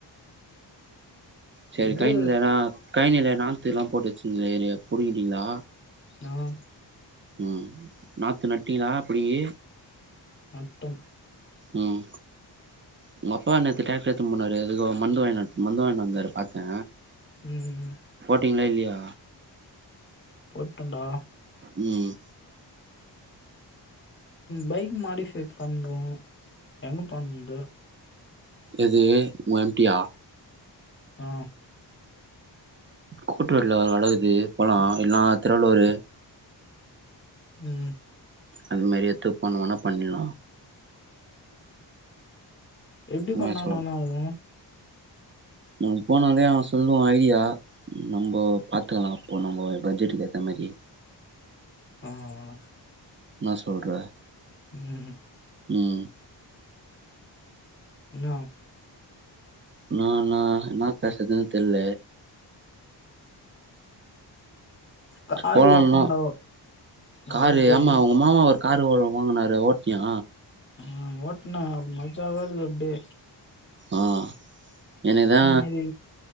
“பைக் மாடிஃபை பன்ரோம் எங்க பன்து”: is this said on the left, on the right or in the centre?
Left